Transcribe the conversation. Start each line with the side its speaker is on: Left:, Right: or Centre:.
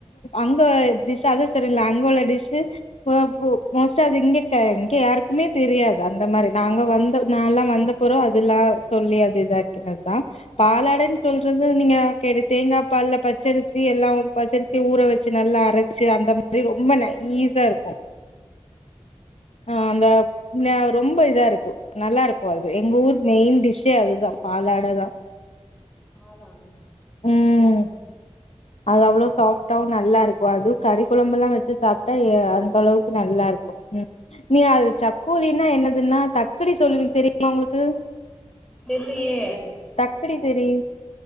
Left: அங்க டிஷ் அதும் செரியில்ல பல டிஷ்சு பா போ மோஸ்ட்டா அது இங்க எங்க யாருக்குமே தெரியாது அந்த மாரி நாங்க வந்த நால்லா வந்த பெறவு அதுல்லா சொல்லி அது இதா இருக்கிறது தான் பாலாடன் சொல்றது நீங்க கேடு தேங்காப்பால்ல பச்சரிசி எல்லா பச்சரிசி ஊற வச்சி நல்லா அரச்சி அந்த மாரி ரொம்ப நைய்சா இருக்கும் ஆ அந்த <unintelligible> ரொம்ப இதா இருக்கு நல்லா இருக்கு அது எங்க ஊர் மெயின் டிஷ்ஷே அதுதான் பாலாடதா
Centre: பாலாடை
Left: ம்
Centre: உம்
Left: அது அவ்ளோ சாஃப்டாவு நல்லா இருக்கும் அதுவும் கறி கொழம்புல்லா வச்சி சாப்ட்டா யா அந்த அளவுக்கு நல்லா இருக்கும் ம் நீ அது சக்கோலின்னா என்னதுன்னா எப்டி சொல்லுவீங்க தெரியுமா உங்களுக்கு
Centre: தெர்லையே
Left: தக்கடி தெரியு